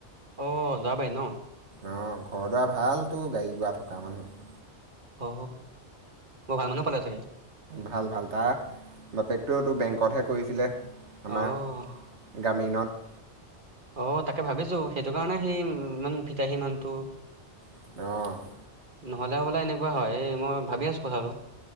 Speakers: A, on the right (about 45°); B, on the right (about 75°).
A: অ যাবাই ন
B: অঁ ঘৰ দুৱাৰ ভালতো গাড়ী গৰা থকা মানুহ
A: অ মই ভাই মানুহ পালে চাগে
B: ভাল ভাল তাৰ বাপেকটোতো বেংকতহে কৰিছিলে আমাৰ
A: অ'
B: গামীণত
A: অ তাকে ভাবিছো সেইটো কাৰণে সেই ইমান ভিতাহী মানহটো
B: অ
A: নহ'লে বোলে এনেকুৱা হয় এই মই ভাবি আছোঁ কথাটো